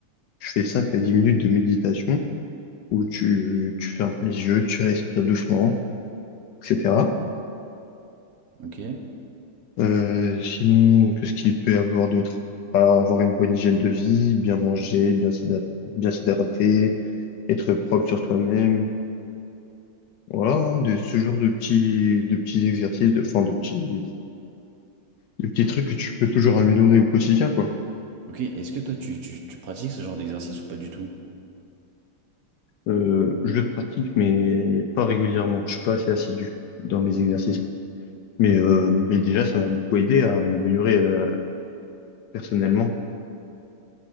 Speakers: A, on the left; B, on the right.
A: Tu fais 5 à 10 minutes de méditation où tu, tu fermes les yeux, tu respires doucement, etc.
B: Ok.
A: Euh, sinon, qu'est-ce qu'il peut y avoir d'autre? Enfin, Avoir une bonne hygiène de vie, bien manger, bien s'hydrater, bien s'hydrater, être propre sur soi-même. Voilà, hein, de, ce genre de petits, de petits exercices, de, enfin, de petits, de petits trucs que tu peux toujours améliorer au quotidien, quoi.
B: Ok. Est-ce que toi, tu, tu, tu pratiques ce genre d'exercice ou pas du tout?
A: Euh, je le pratique, mais pas régulièrement. Je suis pas assez assidu dans mes exercices. Mais, euh, mais déjà, ça m'a beaucoup aidé à m'améliorer, euh, personnellement.